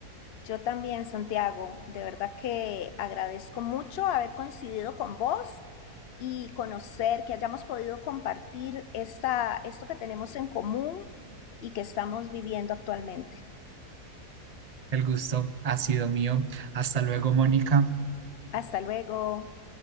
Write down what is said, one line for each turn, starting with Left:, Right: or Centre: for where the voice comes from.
Left: Yo también, Santiago, de verdad que agradezco mucho haber coincidido con vos y conocer que hayamos podido compartir esta, esto que tenemos en común y que estamos viviendo actualmente.
Right: El gusto ha sido mío. Hasta luego, Mónica.
Left: Hasta luego.